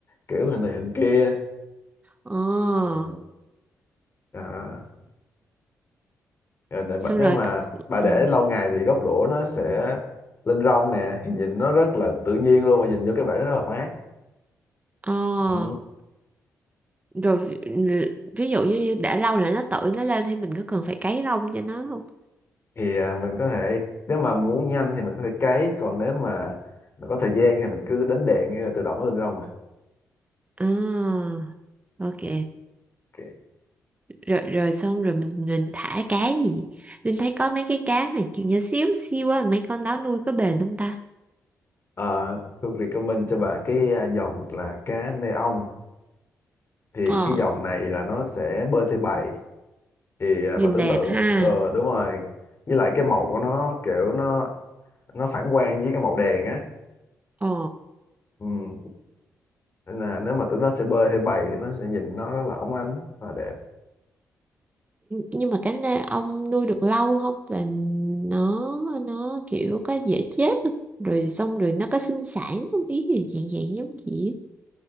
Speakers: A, on the left; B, on the right.
A: kiểu hình này hình kia
B: ờ
A: ừ. à, rồi nè, bà-
B: xong
A: nếu
B: rồi
A: mà bà để
B: ừ,
A: lâu ngày thì gốc lũa nó sẽ lên rong nè thì nhìn nó rất là tự nhiên luôn mà nhìn vô cái bể nó rất là mát
B: ờ
A: ừ.
B: rồi ví, ví dụ như đã lâu rồi nó tự nó lên thì mình có cần phải cấy rong cho nó không
A: thì à, mình có thể nếu mà muốn nhanh thì mình có thể cấy còn nếu mà mà có thời gian thì mình cứ đánh đèn hay là tự động nó lên rong mà
B: à ok
A: Ok.
B: rồi rồi xong rồi mình mình thả cá gì Linh thấy có mấy cái cá mà kiểu nhỏ xíu xíu á mấy con đó nuôi có bền không ta
A: Ờ, tôi recommend cho bạn cái à, dòng là cá neon thì
B: ờ
A: cái dòng này là nó sẽ bơi theo bầy thì à,
B: nhìn
A: bạn tưởng
B: đẹp
A: tượng
B: ha
A: ờ đúng rồi với lại cái màu của nó kiểu nó nó phản quang với cái màu đèn á
B: ờ
A: ừ. nên là nếu mà tụi nó sẽ bơi theo bầy thì nó sẽ nhìn nó rất là óng ánh và đẹp
B: nhưng mà cái này ông nuôi được lâu không là nó nó kiểu có dễ chết không? rồi xong rồi nó có sinh sản không ý gì dạng dạng giống gì á.